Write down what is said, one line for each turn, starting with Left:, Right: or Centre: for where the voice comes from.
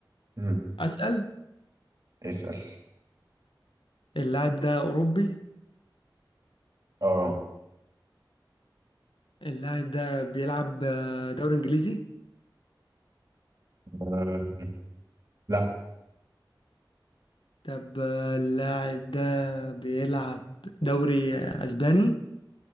Right: امم
Left: اسأل
Right: اسأل
Left: اللاعب ده اوروبي
Right: اه
Left: اللاعب ده بيلعب آه، دوري انجليزي
Right: آه، لا
Left: طب آه، اللاعب ده بيلعب دوري آه، اسباني